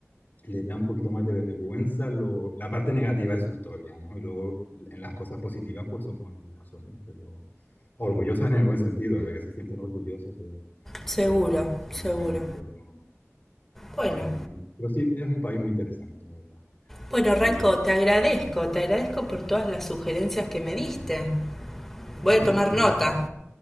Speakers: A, on the left; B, in the centre.
A: le da un poquito más de vergüenza lo- la parte negativa de su historia, ¿no? Y luego en las cosas positivas pues somos orgullosos, ¿no? Pero orgullosos en el buen sentido, de que se sienten orgullosos de,
B: Seguro,
A: de- de las cosas
B: seguro.
A: buenas, pero
B: Bueno,
A: eh, pero sí, es un país muy interesante, la verdad.
B: bueno, Raiko,
A: Yo me,
B: te agradezco, te agradezco por todas las sugerencias que me diste.
A: ¿a
B: Voy
A: ti
B: a tomar
A: algún-
B: nota.